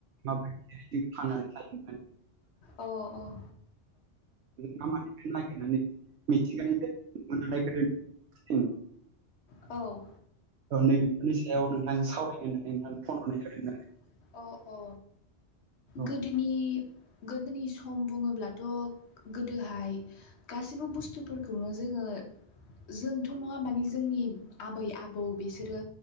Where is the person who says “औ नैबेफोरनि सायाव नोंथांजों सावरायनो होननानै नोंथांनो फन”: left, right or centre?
Right